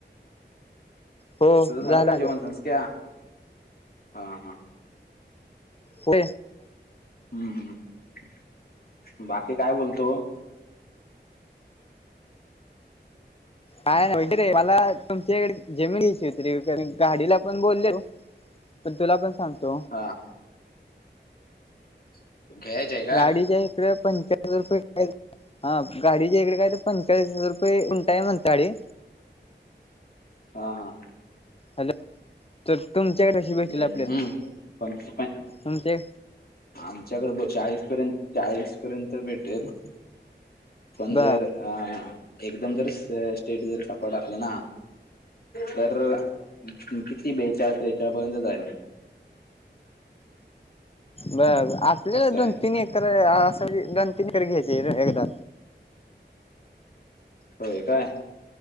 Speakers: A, on the left; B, on the left.
A: हो
B: तुझं झालं का
A: माझं
B: जेवण संस्क्या हा हा.
A: हो.
B: हम्म हम् बाकी काय बोलतो.
A: काय नाही रे मला तुमच्या इकडे जेम घ्यायची होती र गाडीला पण बोलले. पण तुला पण सांगतो.
B: हा. <inaudible> आहे का
A: गाडीच्या
B: हा
A: इकडे पंचास रुपये <unintelligible> हा गाडीचे इकडे काय तर पंचाळीस हजार रुपये उंटय म्हणताडी.
B: हा हा
A: हॅलो तर तुमच्याकडेशी
B: हम्म
A: भेटल आपल्याला
B: हम्म पण पण
A: तुमच्या.
B: आमच्याकडे ब चाळीस पर्यंत -चाळीस पर्यंत भेटेल. पण
A: ब
B: जर अ- एकदम जर स्टेट जरी सापडल असली ना. तर किती बेचाार त्रेचार पर्यंत जाईल.
A: बर आपल्या
B: असं आहे
A: दोन तीन एकर असं म्हजे दोन तीन एकर घ्यायचे एकदा.
B: होय काय?